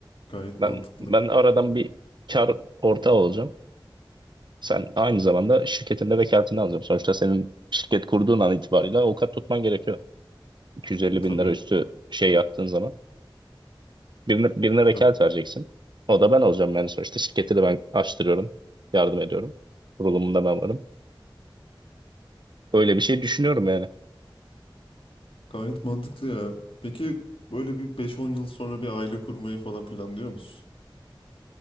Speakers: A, on the left (about 90°); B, on the right (about 60°).
A: Gayet
B: Ben
A: mantıklı.
B: ben aradan bir kar ortağı olacağım. Sen aynı zamanda şirketinde vekaletini alacağım. Sonuçta senin şirket kurduğun an itibariyle avukat tutman gerekiyor. 250
A: E, tabii,
B: bin lira üstü şey yaptığın zaman. Birine, birine
A: tabii.
B: vekalet vereceksin. O da ben olacağım yani sonuçta şirketi de ben açtırıyorum. Yardım ediyorum. Kurulumunda ben varım. Öyle bir şey düşünüyorum yani.
A: Gayet mantıklı ya. Peki böyle bir beş-on yıl sonra bir aile kurmayı falan planlıyor musun?